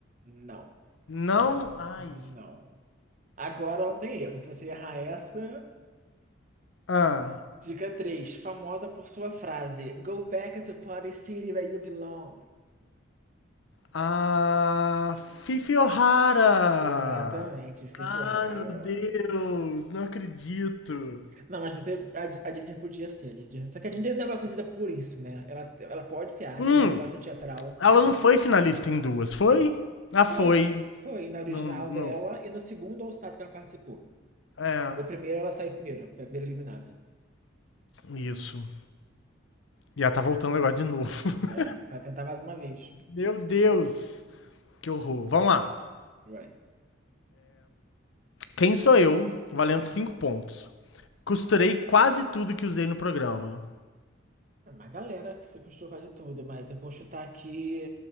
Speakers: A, on the right (about 40°); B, on the left (about 75°).
A: Não,
B: Não. Ai.
A: não. Agora não tem erro. Se você errar essa,
B: Ah.
A: Dica 3, famosa por sua frase Go back to Party City where you belong.
B: Ah, Fifi O'Hara!
A: Exatamente, Fifi
B: Ah,
A: O'Hara.
B: meu Deus, não acredito.
A: Não, mas você, a, a Ginger podia ser, a Ginger. Só que a Ginger não é uma conhecida por isso, né? Ela, ela pode ser ácida,
B: Hum,
A: ela pode ser teatral.
B: ela não foi finalista em duas, foi? Ah, foi.
A: Foi, foi na original
B: Não, não, não.
A: dela e no segundo All Stars que ela participou.
B: É,
A: O primeiro ela saiu primeiro, foi a primeira eliminada.
B: isso. E ela tá voltando agora de novo. <laughs>
A: É, pra tentar mais uma vez.
B: Meu Deus, que horror. Vamos lá.
A: Vai.
B: Quem sou eu, valendo 5 pontos. Costurei quase tudo que usei no programa.
A: É uma galera que foi construiu quase tudo, mas eu vou chutar aqui